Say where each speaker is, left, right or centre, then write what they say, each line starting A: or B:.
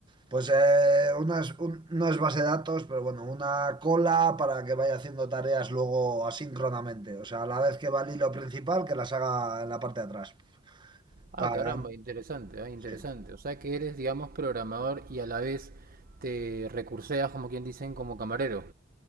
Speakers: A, on the right; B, on the right.
A: pues eh, unas, un- no es base de datos, pero bueno, una cola para que vaya haciendo tareas luego asíncronamente. O sea, a la vez que va el hilo principal, que las haga en la parte de atrás.
B: Ah,
A: Pagan.
B: caramba, interesante, ah, interesante.
A: Sí.
B: O sea que eres, digamos, programador y a la vez te recurseas, como quien dicen, como camarero.